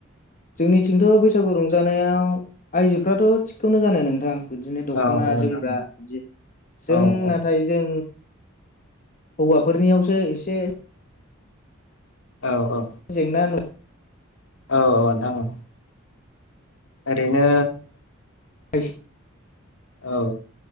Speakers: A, on the left; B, on the left.
A: जोंनिथिंथ' बैसागु रंजानायाव आयजोफ्राथ' थिगखौनो गानो नोंथां बिदिनो दख'ना
B: औ औ नोंथां
A: जोमग्रा बिदि जों
B: औ औ
A: नाथाय जों हौवाफोरनियावसो एसे
B: औ औ
A: जेंना नु
B: औ औ नोंथां औ ओरैनो
A: आ <unintelligible>
B: औ